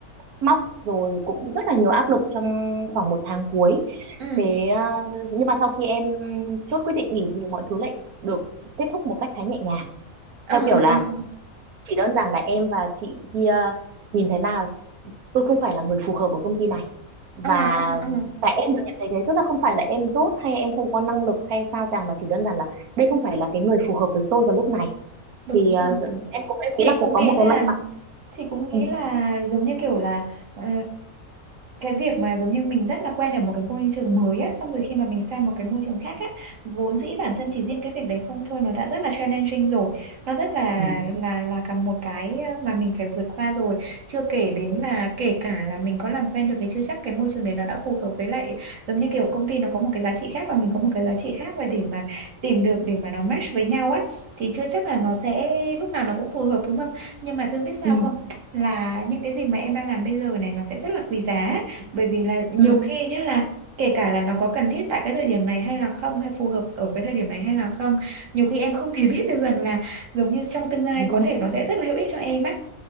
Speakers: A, on the right; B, on the right.
A: móc rồi cũng rất là nhiều áp lực trong khoảng một tháng cuối
B: ừ
A: thế uh, nhưng mà sau khi em chốt quyết định nghỉ thì mọi thứ lại được kết thúc một cách khá nhẹ nhàng
B: ờ
A: theo kiểu là
B: ờ ờ
A: chỉ đơn giản là em và chị kia nhìn thấy là tôi không phải là người phù hợp ở công ty này và
B: ờ ờ ờ, ờ.
A: tại em được nhận thấy thế tức là không phải là em dốt hay em không có năng lực hay sao cả mà chỉ đơn giản là đây không phải là cái người phù hợp với tôi vào lúc này
B: đúng
A: thì
B: rồi
A: à, em cũng em
B: chị
A: nghĩ là
B: cũng
A: cũng có
B: nghĩ
A: một
B: là
A: cái may mắn
B: chị cũng nghĩ
A: ừ
B: là giống như kiểu là ờ, cái việc mà giống như mình rất là quen ở một cái môi trường mới á xong rồi khi mà mình sang một cái môi trường khác á vốn dĩ bản thân chỉ riêng cái việc đấy không thôi nó đã rất là challenging rồi nó rất là
A: ừ
B: là là cả một cái mà mình phải vượt qua rồi chưa kể đến là kể cả là mình có làm quen được thì chưa chắc cái môi trường đấy nó đã phù hợp với lại giống như kiểu công ty nó có một cái giá trị khác và mình có một cái giá trị khác và để mà tìm được để mà nó match với nhau á thì chưa chắc là nó sẽ lúc nào nó cũng phù hợp đúng không nhưng mà thương biết sao
A: ừ
B: không là những cái gì mà em đang làm bây giờ này nó sẽ rất là quý giá bởi vì là nhiều
A: ừ
B: khi nhé là kể cả là nó có cần thiết tại cái thời điểm này hay là không hay phù hợp ở cái thời điểm này hay là không nhiều khi em không thể <laughs> biết được rằng là giống như trong tương lai
A: ừ
B: có thể nó sẽ rất là hữu ích cho em á